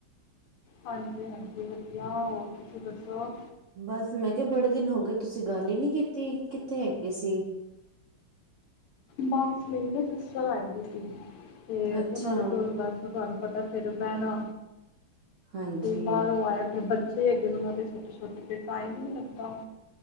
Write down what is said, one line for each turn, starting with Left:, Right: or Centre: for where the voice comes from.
Left: ਹਾਂਜੀ-ਹਾਂਜੀ, ਵਧੀਆ, ਹੋਰ ਤੁਸੀਂ ਦੱਸੋ।
Right: ਬਸ ਮੈਂ ਕਿਹਾ, ਬੜੇ ਦਿਨ ਹੋ ਗਏ! ਤੁਸੀਂ ਗੱਲ ਹੀ ਨਹੀਂ ਕੀਤੀ, ਕਿੱਥੇ ਹੈਗੇ ਸੀ?
Left: ਬਸ ਮੇਰੀ ਨਾ ਸਿਸਟਰ ਆਈ ਦੀ ਸੀ, ਤੇ ਉਹਨਾਂ
Right: ਅੱਛਾ
Left: ਦੇ ਕੋਲ ਬਸ, ਤਾਂ। ਪਤਾ ਫਿਰ ਬੈਣਾ,
Right: ਹਾਂਜੀ
Left: ਫਿਰ ਬਾਰੋਂ ਆਇਆ ਫਿਰ ਬ। <unintelligible> ਹੈਗੇ ਨੇ ਨਾ ਉਨਾਂ ਦੇ ਛੋਟੇ-ਛੋਟੇ, ਤੇ ਟਾਈਮ ਈ ਨੀ ਲੱਗਦਾ।